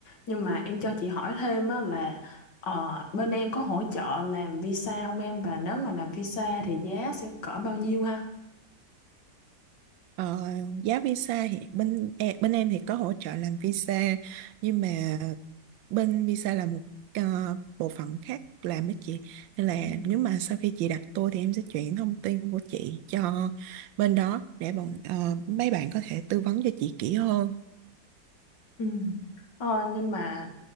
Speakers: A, on the left (about 65°); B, on the right (about 80°).
A: nhưng mà em cho chị hỏi thêm á là ờ, bên em có hỗ trợ làm visa không em và nếu mà làm visa thì giá sẽ cỡ bao nhiêu ha?
B: Ờ, giá visa thì bên e- bên em thì có hỗ trợ làm visa nhưng mà bên visa là một ờ, bộ phận khác làm với chị nên là
A: Ừ.
B: nếu mà sau khi chị đặt tour thì em sẽ chuyển thông tin của chị cho bên đó để bọn ờ, mấy bạn có thể tư vấn cho chị kỹ hơn
A: Ừ. Ờ, nhưng mà